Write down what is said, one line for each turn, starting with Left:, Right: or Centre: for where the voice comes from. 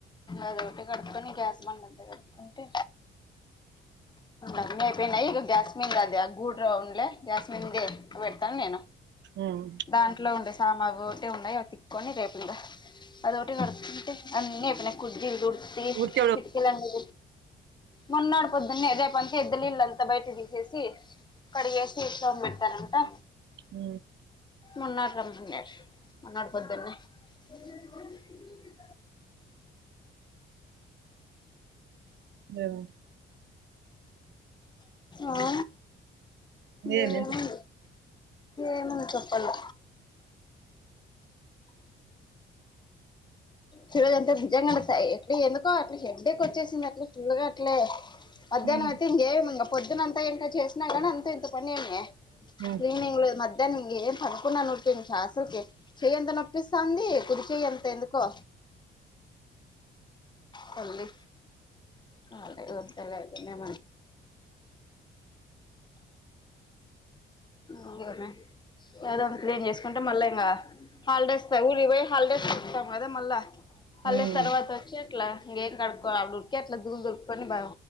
Left: అది ఒకటి కడుపుకొని గ్యాస్ బండంతా కడుపుకుంటే, అన్ని అయిపోయినాయి, ఇగా గ్యాస్ మీద అది గుండ్రంగా ఉన్లే, గ్యాస్ మీదనే ఎక్కువ పెడతాను, నేను
Right: ఉమ్
Left: దాంట్లో ఉండే, ఆ మాకు ఒకటే ఉన్నాయి, అవి తిక్కకుని రేపు అదోకటి కడుగుతే అన్ని అయిపోయాయి. కుర్చీలు తుడిచి
Right: ఊరికే
Left: కిటికీలు అన్ని మొన్నడుపోద్దున్న రేపంతా ఎద్దలి ఇళ్ళంతా బయట తీసేసి కడిగేసి దీపం పెట్టానంటే,
Right: ఉ
Left: మున్నాడు రామనాడు, మున్నాడు పొద్దునే నీళ్ల సౌండ్
Right: ఏమే
Left: ఆ లేమి
Right: ఏమైంది
Left: ఏమన్న చెప్పలే చరజంతా నిజంగాస్తాయి, ఎట్ ఎందుకో హెడ్ఎక్ వచ్చేసింది, అట్లా ఫుల్గా అట్లే మధ్యాహ్నం
Right: ఉమ్
Left: అయితే ఇంకే ఇ పొద్దునంతా ఇంకా చేసినా కానీ అంత ఇంత పని ఏమ
Right: ఉమ్
Left: ఈవినింగ్ మధ్య దాన్నిం ఏం పనుకున్నాను ఉటిగానే కాస్త చెయి అంత నొప్పి వేసింది, నొస్తానంది కుడి చేయి అంత ఎందుకో తల్లీ నాకే ఓపిక లేదు ఉందిలే అదంత క్లీన్ చేసుకుంటే మళ్ళా ఇంకా హాలిడేస్, ఊరికి పోయి హాలిడేస్ కు వస్తాం కదా మళ్ళీ హాలిడేస్
Right: ఉమ్
Left: తర్వాత వచ్చి, అట్లా ఎం కడుకొనాకా ఇట్లా దుము దులుపుకొని బా